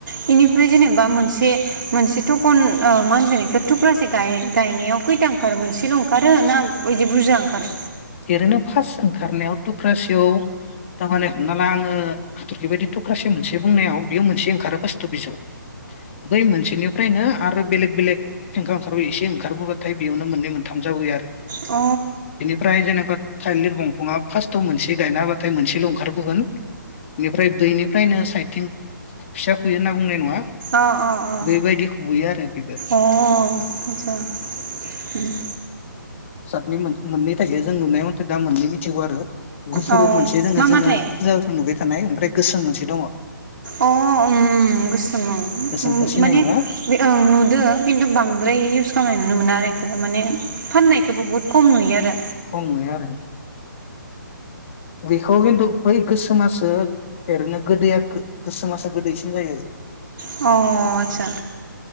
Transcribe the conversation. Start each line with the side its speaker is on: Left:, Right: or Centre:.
Right: बेनिफ्राय जेनेबा मोनसे मोनसे टकन ओ मा होनगोन एखौ थुख्रासे गाय-गायनायाव खैथा ओंखारो मोनसेल' ओंखारो ना बिदि बुरजा ओंखारो?
Left: ओरैनो फार्स्ट ओंखारनायाव थुख्रासेयाव थातामाने हमना ला आङो हाथरखि बायदि थुख्रासे मोनसे बुंनायाव बेयो मोनसे ओंखारो फास्ट' बिजौ। बै मोनसेनिफ्रायनो आरो बेलेग बेलेग खेंख्रा ओंखार बोयो एसे ओंखारबोबाथाय बेयावनो मोननै मोनथाम जाबोयो आरो।
Right: अ
Left: फ्राय जेन'बा थाइलिर दंफाङा फार्स्टआव मोनसे गायनाबाथाय मोनसेल' ओंखारबोगोन। बेनिफ्राय दैनि फ्रायनो साइथिं फिसा फैयो होनना बुंनाय नङा।
Right: अ अ अ
Left: बेबायदि खुबैयो आरो बेबो
Right: अ आचसा उम
Left: सतनि मन्द मोननै थाइजो जों नुनाय मथे दा मोननै मिथिगौ आरो। गुफुर
Right: अ'
Left: मोनसे जोङो
Right: मा माथाय?
Left: जोङो जाखौ नुबाय थानाय। मफ्राय गोसोम मोनसे दङ।
Right: अ उम गोसोम उम
Left: गोसोमखौ सिनायोबा
Right: माने बे ओं नुदो खिन्थु बांद्राय इउस खामनाय नुनो मोना आरो माने फाननायखौबो बहुत खम नुयो आरो
Left: खमै आरो बेखौ खिन्थु बै गोसोमासो एरैनो गोदैया गोसोमासो गोदैसिन जायो।
Right: अ आच्छा